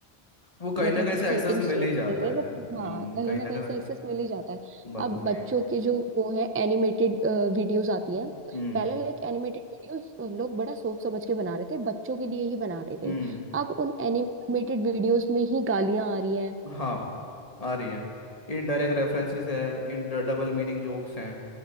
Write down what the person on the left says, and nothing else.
वो कहीं
ना कहीं से
एक्सेस मिल
ही
जाता
है
हम्म
कहीं
ना
कहीं
बात
तो सही
है
हम्म।
हम्म
हम्म
हाँ आ रही है इनडायरेक्ट रेफरेंसेस है इन डबल मीनिंग जोक्स हैं